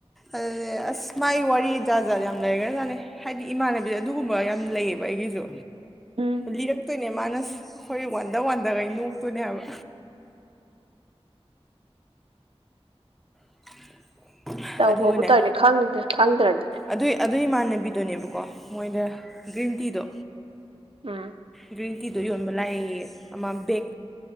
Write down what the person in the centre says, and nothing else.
ꯑꯗꯨ ꯑꯁ ꯃꯥꯥꯏ ꯋꯥꯔꯤ ꯖꯥꯠ ꯖꯥꯠ ꯌꯥꯝ ꯂꯩꯈ꯭ꯔꯖꯥꯠꯅꯤ ꯍꯥꯏꯗꯤ ꯏꯃꯥꯟꯅꯕꯤꯗꯨ ꯑꯗꯨꯒꯨꯝꯕ ꯌꯥꯝ ꯂꯩꯌꯦꯕ ꯑꯩꯒꯤꯁꯨ
ꯂꯤꯔꯛꯇꯣꯏꯅꯦ ꯃꯥꯅ ꯑꯩꯈꯣꯏ ꯋꯥꯟꯗ ꯋꯥꯟꯗꯈꯩ ꯅꯣꯛꯇꯣꯏꯅꯦ ꯍꯥꯏꯕ <inaudible>
ꯑꯗꯨꯒꯅꯦ
ꯑꯗꯨꯏ ꯑꯗꯨ ꯏꯃꯥꯟꯅꯕꯤꯗꯨꯅꯦꯕꯀꯣ ꯃꯣꯏꯗ ꯒ꯭ꯔꯤꯟ ꯇꯤꯗꯣ
ꯒ꯭ꯔꯤꯟ ꯇꯤꯗꯣ ꯌꯣꯟꯕ ꯂꯥꯛꯑꯦ ꯑꯃ ꯕꯦꯛ